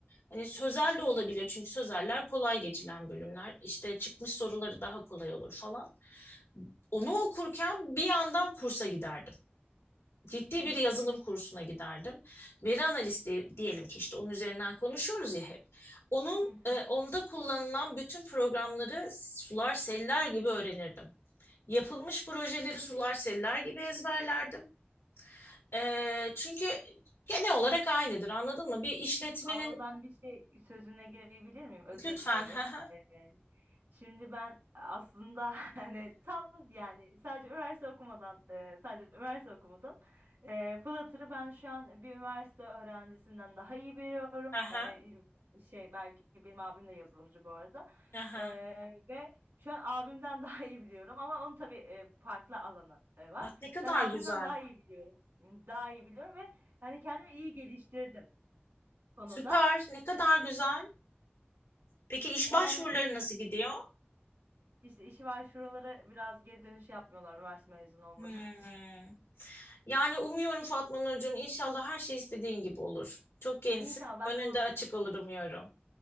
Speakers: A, on the left; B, on the right.
A: hani sözel de olabilir. Çünkü sözeller kolay geçilen bölümler. İşte çıkmış soruları daha kolay olur falan. Onu okurken bir yandan kursa giderdim. Ciddi
B: Hı hı.
A: bir yazılım kursuna giderdim. Veri analisti diyelim ki işte onun üzerinden konuşuyoruz ya hep. Onun
B: Hı
A: e,
B: hı.
A: onda kullanılan bütün programları sular seller gibi öğrenirdim. Yapılmış projeleri sular seller gibi ezberlerdim. E, çünkü genel olarak aynıdır anladın mı? Bir işletmenin
B: Abla ben bir şey sözüne girebilir miyim? Özür
A: lütfen
B: dileyerek.
A: ha ha
B: Ee, şimdi ben aslında <laughs> hani tam yani sadece üniversite okumadan e, sadece üniversite okumadım. E, Flutter'ı ben şu an bir üniversite öğrencisinden daha iyi biliyorum.
A: ha
B: Yani
A: ha
B: şey belki benim abim de yazılımcı bu arada.
A: ha ha.
B: E, ve şu an abimden <laughs> daha iyi biliyorum ama onun tabii e, farklı alanı e, var.
A: bak ne kadar
B: Ben abimden
A: güzel.
B: daha iyi biliyorum. Daha iyi biliyorum ve yani kendimi iyi geliştirdim. konuda.
A: Süper, ne kadar
B: E,
A: güzel. Peki iş
B: Yani
A: başvuruları nasıl gidiyor?
B: işte işi var şuralara biraz geri dönüş yapmıyorlar üniversite mezunu olmadığım
A: Hmm.
B: için.
A: Yani umuyorum Fatma Nurcuğum inşallah her şey istediğin gibi olur. Çok
B: <laughs>
A: gençsin.
B: İnşallah ben
A: Önünde
B: bu
A: açık olur umuyorum.